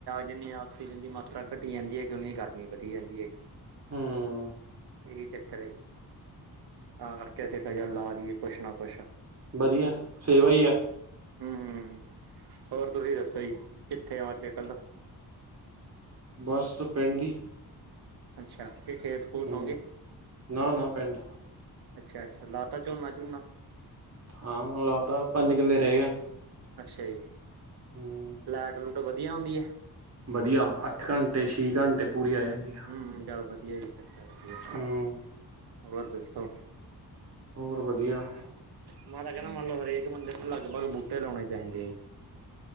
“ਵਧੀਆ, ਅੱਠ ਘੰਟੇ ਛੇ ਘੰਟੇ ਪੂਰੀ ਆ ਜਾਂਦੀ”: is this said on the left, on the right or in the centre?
Right